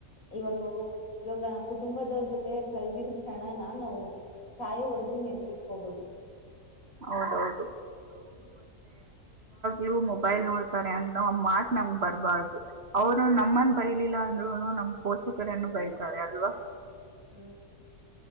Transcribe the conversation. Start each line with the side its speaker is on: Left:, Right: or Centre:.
Left: ಇವಾಗ ನೋಡು ಇವಾಗ ಕುಟುಂಬದವ್ರ ಜೊತೆ ಕಳ್ದಿದ ಕ್ಷಣನ ನಾವು ಸಾಯವರ್ಗೂ ನೆನಪಿಟ್ಕೋಬಹುದು. -
Right: ಹೌದೌದು ಇವು ಮೊಬೈಲ್ ನೋಡ್ತಾರೆ ಅನ್ನೋ ಮಾತ ನಮಗ್ ಬರಬಾರದು. ಅವ್ರು ನಮ್ಮನ್ ಬೈಲಿಲ್ಲ ಅಂದ್ರು ನಮ್ಮ ಪೋಷಕರನ್ನು ಬೈತಾರೆ ಅಲ್ವಾ.
Left: ಹ್ಮ್,